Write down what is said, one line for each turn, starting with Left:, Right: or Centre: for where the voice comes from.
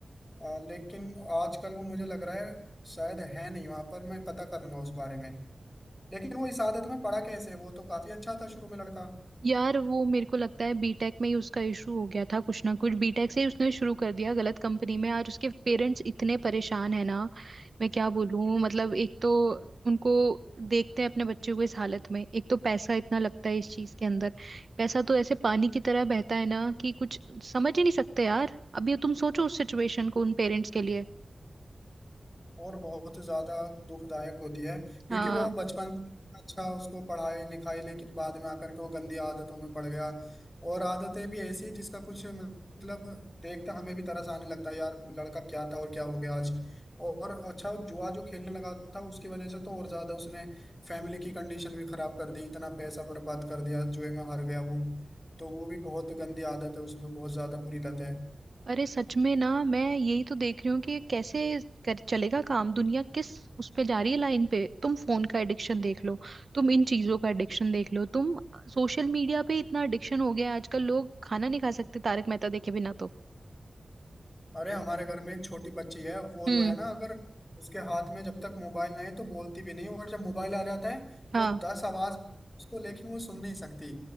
Left: आ, लेकिन आजकल वो मुझे लग रहा है शायद है नहीं वहां पर मैं पता करूंगा उस बारे में लेकिन वो इस आदत में पड़ा कैसे वो तो काफी अच्छा था शुरू में लड़का
Right: यार वो मेरे को लगता है बीटेक में ही उसका इशू हो गया था कुछ ना कुछ बीटेक से ही उसने शुरू कर दिया गलत कंपनी में आज उसके पेरेंट्स इतने परेशान है ना मैं क्या बोलूं मतलब एक तो उनको देखते हैं अपने बच्चे को इस हालत में एक तो पैसा इतना लगता है इस चीज के अंदर पैसा तो ऐसे पानी की तरह बहता है ना कि कुछ समझ ही नहीं सकते यार अभी तुम सोचो उस सिचुएशन को उन पेरेंट्स के लिए
Left: और बहुत ज्यादा दुखदायक होती है क्योंकि
Right: हाँ
Left: वो बचपन से इतना अच्छा उसको पढ़ाई लिखाई लेकिन बाद में आकर के वो गंदी आदतों में पड़ गया और आदतें भी ऐसी हैं जिसका कुछ मतलब देखता हमें भी तरस आने लगता है यार लड़का क्या था और क्या हो गया आज और अच्छा जुआ जो खेलने लगा था उसकी वजह से तो और ज्यादा उसने फैमिली की कंडीशन भी खराब कर दी इतना पैसा बर्बाद कर दिया जुए में हार गया वो तो वो भी बहुत गंदी आदत है उसमें बहुत ज्यादा बुरी लत है
Right: अरे सच में ना मैं यही तो देख रही हूँ कि कैसे कर चलेगा काम दुनिया किस उस पे जा रही है लाइन पे तुम फोन का एडिक्शन देख लो तुम इन चीजों का एडिक्शन देख लो तुम सोशल मीडिया पे इतना एडिक्शन हो गया है आजकल लोग खाना नहीं खा सकते तारक मेहता देखे बिना तो
Left: अरे हमारे घर में एक छोटी बच्ची है वो
Right: हम्म
Left: जो है ना अगर उसके हाथ में जब तक मोबाइल ना है तो बोलती भी नहीं और जब मोबाइल आ जाता है
Right: हाँ
Left: तो दस आवाज उसको लेकिन वो सुन नहीं सकती